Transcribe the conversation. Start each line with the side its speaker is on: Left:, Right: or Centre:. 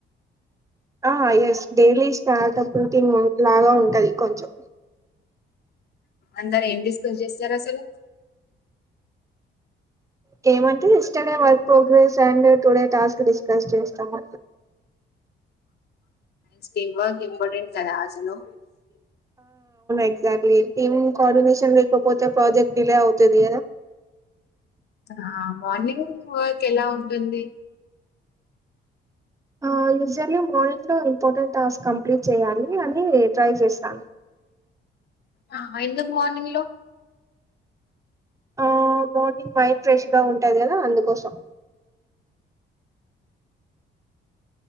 Right: ఆ ఎస్ డైలీ స్టార్ట్ప్ రుటీన్ లాగ ఉంటది కొంచెం
Left: అందరు ఏం డిస్కస్ చేస్తారు అస్సలు
Right: కేమంట్ కె ఎస్డే వర్క్ ప్రోగ్రెస్ చండు టుడే టాస్క్ డిస్కస్ చేస్తామ్
Left: స్టమ్ వర్క్ ఇంపార్టెన్స్ కదా యెలో
Right: ఎగ్జాట్లీ టిమ్ కోర్డినేషన్ లేకపోతే ప్రోజెక్ట్ డిలే అవుతుంది
Left: ఆ మార్నింగ్ వర్క్ ఎలా ఉంటుంది
Right: ఆయూజల్లీ మార్నింగ్లో ఇంపార్టెంట్ టాస్క్ కంప్లీట్ చేయాలి అని ట్రై చేస్తా
Left: ఆ ఎందుక్ మోర్నిింగ్ లో
Right: ఆ మార్నింగ్ మైండ్ ఫ్రెష్ గా ఉంటది కదా అందుకోసం